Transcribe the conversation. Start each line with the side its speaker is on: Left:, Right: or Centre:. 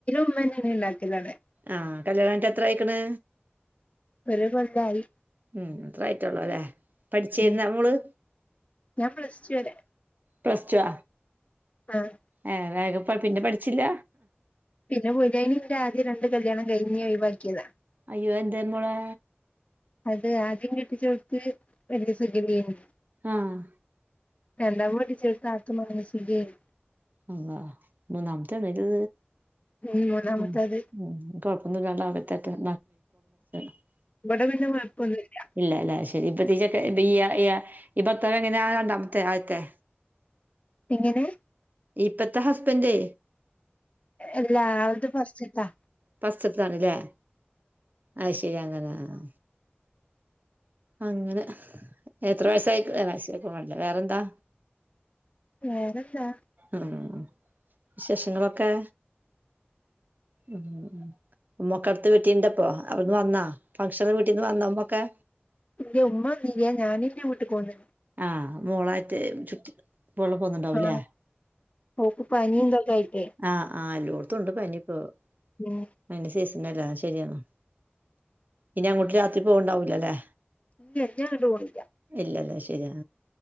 Left: മ്മന്നെഅണ്ട് ഇണ്ടാക്കൽ ആണ്
Right: ആഹ് കല്ല്യാണം കഴിഞ്ഞിട്ട് എത്ര ആയിക്ക്‌ണ്?
Left: ഒരു കൊല്ലടുത്തായി
Right: ഉം അത്രായിട്ടൊള്ളൂലെ പഠിച്ചരുന്നൊ
Left: ഉം
Right: അന്ന്?
Left: ഞാൻ പ്ലസ്ടു വരെ
Right: പ്ലസ്ടോ?
Left: ആഹ്
Right: ഏഹ്, വേഗ <unintelligible> പിന്നെ പഠിച്ചില്ല?
Left: പിന്നെ പോയില, ന്റെ ആദ്യം രണ്ട് കല്യാണം കഴിഞ് ഒഴിവാക്കിയത
Right: അയ്യോ അത് എന്തെ മോളെ?
Left: അത് ആദ്യം കെട്ടിച്ചോടുത്ത് വലിയ സുഖല്ലേനി
Right: ആഹ്
Left: രണ്ടാമത് കെട്ടിച്ചോട്ത്ത് ആൾക്ക് മാനസികയിന്
Right: അല്ലാഹ് മൂന്നാമത്തെണത്?
Left: ഉം മൂന്നാമത്തത്
Right: ഉം, മൂ, കൊഴപ്പൊന്നുല്ലാല്ലോ അവിടെത്തേട്ടെ, <unintelligible>
Left: ഇവിടെ പിന്നെ കുഴപ്പൊന്നുല്ല
Right: ഇല്ല, ഇല, ശരി ഇപ്പതെ ചെക്കൻ ബി യ എ യ, ഇബൻ ഇപ്പൊവെങ്ങാനാ, രണ്ടാമത്തെ, ആദ്യത്തെ?
Left: എങ്ങനെ
Right: ഇപ്പത്തെ ഹസ്ബൻഡേ
Left: അല്ല, ആളത് ഫസ്റ്റ്ത്താ
Right: ഫസ്റ്റ്ത്താണ്ലെ അത്, ശരി അങ്ങനെ ആഹ് അങ്ങനെ എത്ര വയസ്സായി, ആ വയസ്സ് ചോയ്ക്കാൻ പാടില്ല, വേറെന്താ?
Left: വേറെന്താ
Right: ഉം, വിശേഷങ്ങളൊക്കെ, ഉം ഉം ഉമ്മക്ക അടുത്ത വീട്ടീണ്ടപ്പൊ, അവിടുന്ന് വന്നാ ഫംഗക്ഷഷന് വീട്ടീന്ന് വന്നാ ഉമ്മൊക്കെ?
Left: എന്റെ ഉമ്മ വന്നില്ല, ഞാനന്റെ വീട്ടിക്ക് പോന്ന്
Right: ആഹ് മോളായിട്ട് ചുറ്റി മോള് പോന്നണ്ടാവുംലേ
Left: ആഹ് ഓക്ക് പനില്ലേതായിട്ട്
Right: ആഹ് ആഹ് എല്ലോടുത്തണ്ട് പനിപ്പോ
Left: <unintelligible>
Right: അതിന്റെ സീസൺല്ലെ, ശരിയാണ് ഇനി അങ്ങോട്ട് രാത്രി പോവ്ണ്ടാവൂലല്ലേ
Left: ഇല്ല, ഇഞ് അങ്ങട്ട് പോണില്ല
Right: ഇല്ലല്ലെ, ശരിയാ